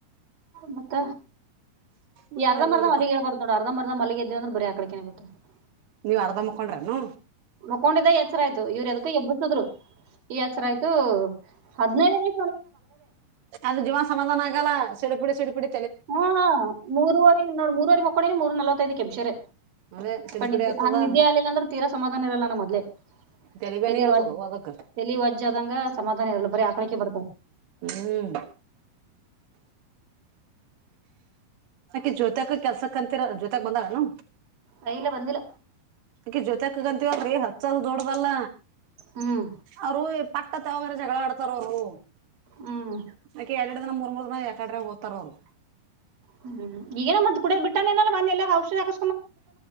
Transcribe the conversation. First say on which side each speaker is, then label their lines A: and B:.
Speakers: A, on the right (about 45°); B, on the right (about 80°).
A: ಮತ್ತ
B: ಮತ್ತೇನಿಲ್ರಪ್ಪಾ
A: ಯರ್ದ ಮರದ ಮಲ್ಲಿಗೆ ಹೇಳ್ಬಾರ್ದ ನೋ ಅರ್ಧ ಮರ್ದ ಮಲ್ಲಿಗೆ <unintelligible>
B: ನೀವ್ ಅರ್ಧ ಮಕೊಂಡ್ರನು
A: ಮುಕೊಂಡಿದ್ದ ಎಚ್ಚರ ಆಯ್ತು ಇವ್ರ ಎದಕ ಎಬ್ಬಸದ್ರು ಈ ಎಚ್ಚರ ಆಯ್ತು ಹದನೈದನೇ
B: ಅದು ಜೀವನ ಸಮಾಧಾನ ಆಗಲ್ಲ ಸಿಡುಪುಡಿ ಸಿಡುಪುಡಿ
A: ಹಾ ಮೂರವರೆ ನೋ ಮೂರ್ವರೆರಿ ಮಕ್ಕೊಂಡನಿ ಮೂರ್ ನಲವತ್ತೈದಕ್ಕೆ ಎಬಷರೆ
B: ಅದೇ ಸಿಡಿಪಿಡಿ
A: ಅ ನಿದ್ದೆ
B: ಆಗ್ತದ
A: ಹಂಗ ನಿದ್ದೆ ಆಗ್ಲಿಲ್ಲ ಅಂದ್ರೆ ತೀರಾ ಸಮಾಧಾನ ಇರಲ್ಲ ನಮ್ಮ ಮದ್ಲೆ
B: ತಲಿಬ್ಯಾನಿ
A: ತಿಲಿವಜ
B: ಹೇಳ್ತದ ಅದಕ್ಕ
A: ತಲಿವಜದಂಗ ಸಮಾಧಾನ ಇರಲ್ಲ ಬರೆ ಆಕಳಿಕೆ ಬರ್ತಾವ
B: ಹ್ಮ್ ಅಾಕೆ ಜ್ಯೋತಕ್ ಕೆಲ್ಸ ಕ ಅಂತಿರ ಜ್ಯೋತಕ್ ಬಂದಳನು
A: ಆ, ಇಲ್ಲ ಬಂದಿಲ್ಲ
B: ಅಕಿ ಜೋತಿ ಅಕ್ಕಂಗ ಅಂತ ಹೇಳಿ ಹತ್ತು ಸಾವಿರ ದೊಡ್ಡ್ದಲ್ಲ
A: ಹ್ಮ್
B: ಅವರು ಪಟ್ಟ ತಾವಾಗರ ಜಗಳ ಆಡ್ತಾರ ಅವರು
A: ಹ್ಮ್
B: ಅಕೆ ಎರರಡು ದಿನ ಮೂರ್ ಮೂರ್ ದಿನ ಯಕಡ್ರ ಓದತಾರ ಅವರು
A: ಹ್ಮ್ ಈಗನ ಮ್ ಕೂಡ ಬಿಟ್ಟಾನ ನಲ್ಲ ಮನೆೆಲ್ಲ ಔಷದಿ ಹಾಕ